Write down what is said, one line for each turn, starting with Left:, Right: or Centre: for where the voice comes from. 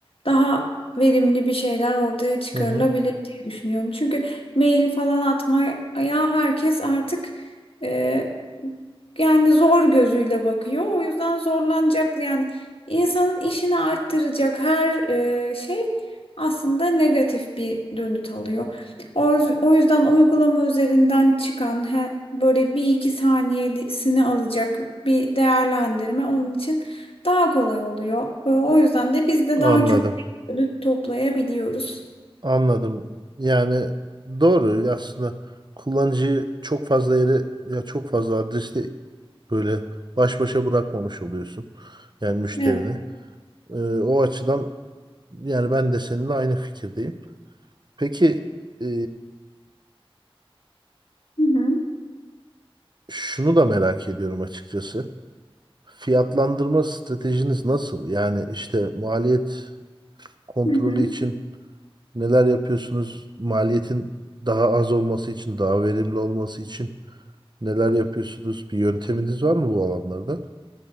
Left: daha verimli bir şeyler ortaya çıkarılabilir
Right: Hı hı.
Left: diye düşünüyorum. Çünkü mail falan atmaya herkes artık e, yani zor gözüyle bakıyor. O yüzden zorlanacak yani insanın işini arttıracak her e, şey aslında negatif bir dönüt alıyor. O, o yüzden uygulama üzerinden çıkan he- böyle bir iki saniyesini alacak bir değerlendirme onun için daha kolay oluyor. E, O yüzden de biz de
Right: Anladım.
Left: daha çok dönüt toplayabiliyoruz.
Right: Anladım. Yani doğru aslında kullanıcıyı çok fazla yere ya çok fazla adreste böyle baş başa bırakmamış oluyorsun. Yani müşterini.
Left: Evet.
Right: Ee, o açıdan yani ben de seninle aynı fikirdeyim. Peki e,
Left: Hı hı.
Right: şunu da merak ediyorum açıkçası. Fiyatlandırma stratejiniz nasıl? Yani işte maliyet kontrolü
Left: Hı
Right: için neler yapıyorsunuz? Maliyetin daha az olması için, daha verimli olması için neler yapıyorsunuz? Bir yönteminiz var mı bu alanlarda?